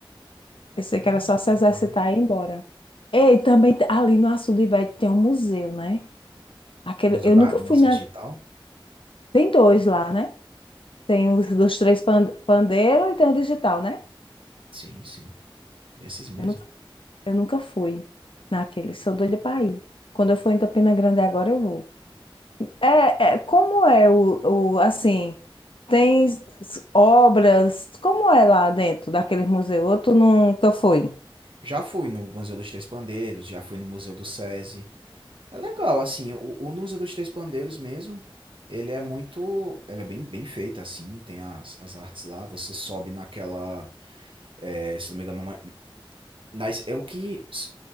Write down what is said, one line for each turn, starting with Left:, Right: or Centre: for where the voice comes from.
Left: Eu sei
Right: É,
Left: que era
Right: rapaz,
Left: só se exercitar
Right: é boa.
Left: e ir embora. Ei, também t- ali no Açude Velho tem um museu, né? Aquele,
Right: Museu
Left: eu
Right: da,
Left: nunca
Right: Museu
Left: fui na...
Right: Digital?
Left: Tem dois lá, né? Tem os dos três pan- pandeiro e tem o digital, né?
Right: Sim, sim. Esses mesmo.
Left: Eu nunca, eu nunca fui naquele, sou doida para ir. Quando eu for em Campina Grande agora, eu vou. É, é, como é o, o, assim, tem s- obras, como é lá dentro daquele museu? Ou tu nunca foi?
Right: Já fui no Museu dos Três Pandeiros, já fui no Museu do SESI, É legal, assim, o, o Nusa dos Três Pandeiros mesmo, ele é muito, ele é bem, bem feito, assim, tem as, as artes lá, você sobe naquela, é, se não me engano, é uma- nas, é o que, s-